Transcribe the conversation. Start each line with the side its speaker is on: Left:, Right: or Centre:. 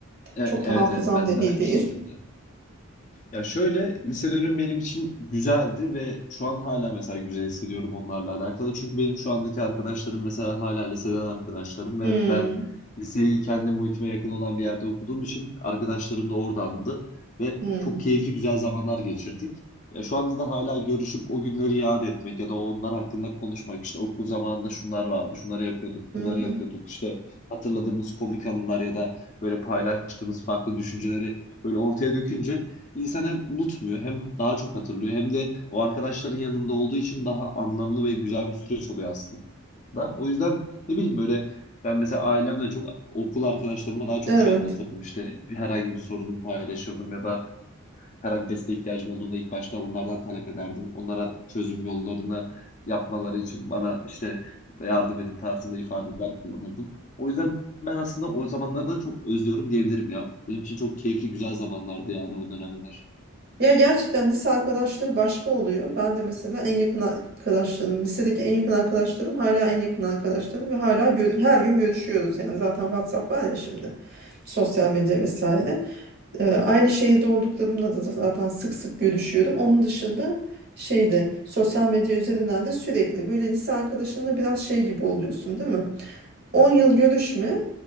Left: e-
Right: Çok
Left: evet
Right: da hafızam
Left: evet bende
Right: da iyi
Left: de aynı
Right: değil.
Left: şekilde. Ya şöyle lise dönemi benim için güzeldi ve şu an hala mesela güzel hissediyorum onlarla alakalı. Çünkü benim şu andaki arkadaşlarım mesela hala liseden arkadaşlarım ve
Right: <laughs> Hmm.
Left: ben liseyi kendi muhitime yakın olan bir yerde okuduğum için arkadaşlarım da oradandı ve
Right: Hmm,
Left: çok keyifli güzel zamanlar geçirdik. Ya şu anda da hala görüşüp o günleri yad etmek ya da onlar hakkında konuşmak işte okul zamanında şunlar vardı, şunları yapıyorduk,
Right: Hı
Left: bunları
Right: hı.
Left: yapıyorduk işte hatırladığımız komik anılar ya da böyle paylaştığımız farklı düşünceleri böyle ortaya dökünce İnsan hem unutmuyor hem daha çok hatırlıyor hem de o arkadaşların yanında olduğu için daha anlamlı ve güzel bir süreç oluyor aslında. O yüzden ne bileyim böyle ben mesela ailemle çok okul arkadaşlarıma daha çok
Right: Evet.
Left: şey anlatırdım. İşte bir- herhangi bir sorunumu paylaşırdım ya da herhangi desteğe ihtiyacım olduğunda ilk başta onlardan talep ederdim. Onlara çözüm yollarını yapmaları için bana işte yardım edin tarzında ifadeler kullanırdım. O yüzden ben aslında o zamanları da çok özlüyorum diyebilirim ya. Benim için çok keyifli güzel zamanlardı yani o dönemler.
Right: Ya gerçekten lise arkadaşlığı başka oluyor. Ben de mesela en yakın arkadaşlarım, lisedeki en yakın arkadaşlarım hala en yakın arkadaşlarım ve hala gör- her gün görüşüyoruz. Yani zaten WhatsApp var ya şimdi. Sosyal medya vesaire. Ee, aynı şehirde olduklarımla da zaten sık sık görüşüyorum. Onun dışında şeyde sosyal medya üzerinden de sürekli böyle lise arkadaşınla biraz şey gibi oluyorsun, değil mi? 10 yıl görüşme